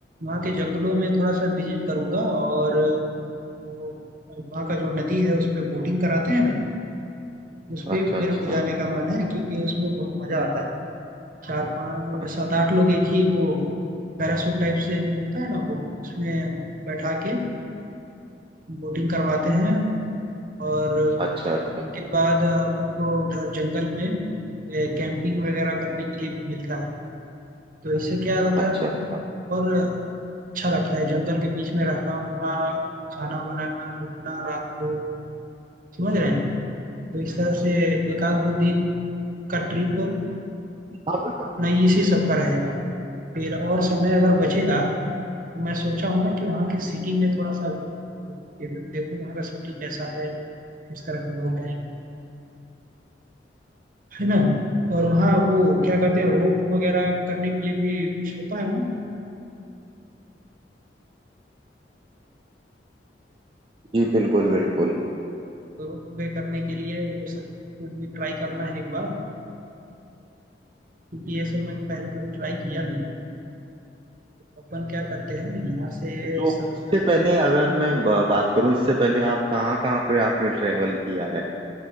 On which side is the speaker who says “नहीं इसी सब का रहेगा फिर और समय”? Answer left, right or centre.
Right